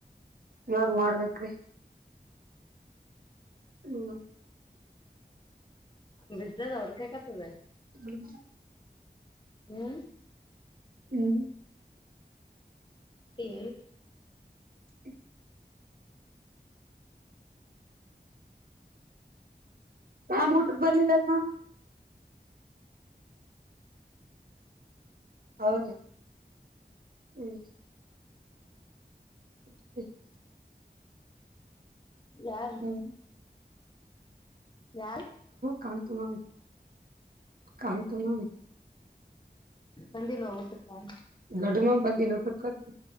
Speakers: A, on the right; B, on the left.
A: ಇವಾಗ ಮಾಡ್ಬೇಕ್ರೀ. ಹೂ.
B: ಬಿದ್ದದ ಹೊಡ್ಕಕತದ <unintelligible>
A: ಹ. <unintelligible>
B: ಹ್ಮ್
A: ಹ್ಮ್
B: ಹೂ
A: ಹ್ಮ. ಹ್ಯಾಂಗ್ ಊಟ ಬರಲಿಲ್ಲ ಅಣ್ಣ ಅವ <unintelligible> ಹೌದು ಹ್ಮ್. <unintelligible> <inaudible>
B: ಯಾರು.
A: ಹ್ಮ್
B: ಯಾರು
A: ಕಾಣಂತು ನ ಕಾಣಂತು ನ <unintelligible>
B: ಬಂದಿಲ್ವ ಊಟಕ್ಕ.
A: ಗಡಮ ಬಂದಿನ ಟಕ್ಕ